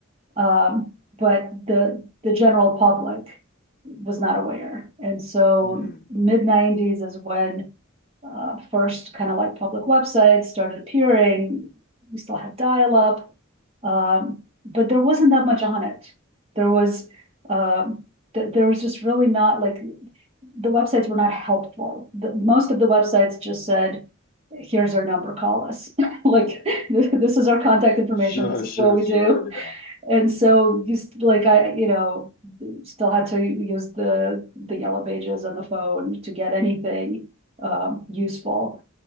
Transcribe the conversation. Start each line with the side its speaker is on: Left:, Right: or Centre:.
Right: Um, but the, the general public was not aware. And so
Left: Mhm.
Right: mid nineties is when uh, first kind of like public websites started appearing. We still had dial up, um, but there wasn't that much on it. There was, um, th- there was just really not like the websites were not helpful. The, most of the websites just said, here's our number, call us. <laughs> like this is our contact information.
Left: Sure,
Right: This is
Left: sure,
Right: what we
Left: sure.
Right: do.
Left: Yeah.
Right: And so you st- like I, you know, still had to use the the yellow pages on the phone to get anything um, useful.